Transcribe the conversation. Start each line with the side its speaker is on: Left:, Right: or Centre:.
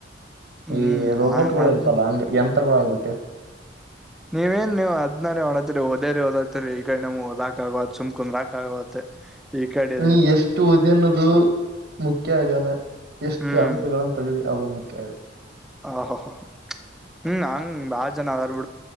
Centre: ಹ್ಮ್
Right: ಈ ರೋಬೋಟ್ಗಳು
Centre: ನಾ ಅದ್
Right: ಇರ್ತಲ್ಲ ಹಂಗ ಎಂ ಅತ್ರ ಕಡಬಿಟ್ಟು
Centre: ನೀವೇನ್ ನೀವು ಹದ್ನಾರ ಹೊಓಡತ್ರಿ ಓದೇರಿ ಓದತ್ತರಿ ಈ ಕಡೆ ನಮವು ಹಓದಾಕ ಆಗವತ್ ಸುಮ್ಕಂದ ರಾಕ ಆಗವತ್ ಈ ಕಡೆ
Right: ನೀ ಎಷ್ಟು ಒದಿ ಅನ್ನೋದು ಮುಖ್ಯ ಆಗಲ್ಲ ಎಷ್ಟು
Centre: ಹ್ಮ್
Right: ಅಂಕಗಳಗಳನ್ನು ತಗಿ ಅವ ಮು ಹ <inaudible>
Centre: ಹ ಹ ಹಾ ಹ್ಮ್ ಹಂಗ ಬ ಜನಾವರ